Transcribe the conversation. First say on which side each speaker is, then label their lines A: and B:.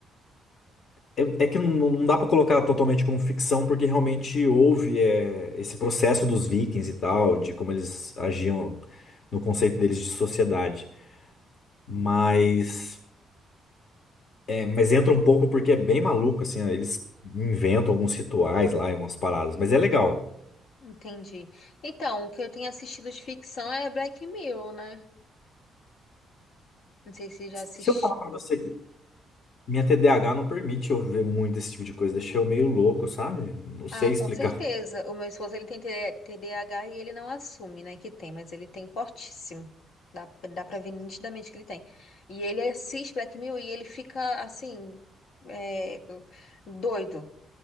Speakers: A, on the left; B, on the left.
A: é, é que não, não dá pra colocar totalmente como ficção porque realmente houve é, esse processo dos Vikings e tal, de como eles agiam no conceito deles de sociedade. Mas é, mas entra um pouco porque é bem maluco assim, ó, eles inventam alguns rituais lá e umas paradas, mas é legal.
B: Entendi. Então, o que eu tenho assistido de ficção é Black Mirror, né? Não sei se já assistiu.
A: Se eu falar pra você Minha TDAH não permite eu ver muito esse tipo de coisa, deixei eu meio louco, sabe? Não sei
B: Ah,
A: explicar.
B: com certeza. O meu esposo, ele tem TDAH e ele não assume, né, que tem, mas ele tem fortíssimo. Dá, dá pra ver nitidamente que ele tem. E ele assiste Black Mirror e ele fica, assim, é, doido.